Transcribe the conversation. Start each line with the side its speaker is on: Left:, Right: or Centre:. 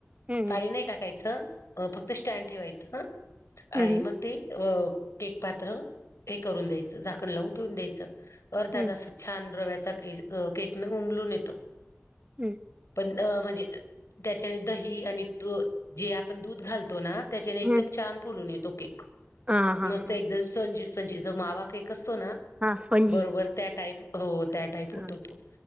Right: हम्म
Left: पाणी नाही टाकायचं, फक्त स्टँड ठेवायचं ह
Right: हम्म
Left: आणि मग ते केक पात्र हे करून द्यायचं, झाकण लावून ठेवून द्यायचं, अर्धा
Right: हम्म
Left: तास छान रव्याचा केक उंमलून येतो
Right: हम्म.
Left: म्हणजे त्याच्या दही आणि दु -जे आपण दूध घालतो ना, त्याच्याने एकदम
Right: हम्म
Left: छान फुलून येतो केक
Right: हां हां
Left: मस्त
Right: हां
Left: एकदम स्पंजी म्हणजे जो मावा केक असतो ना,
Right: हां स्पंजी
Left: बरोबर त्या टाईप हो, त्या टाईप
Right: हं
Left: होतो तो.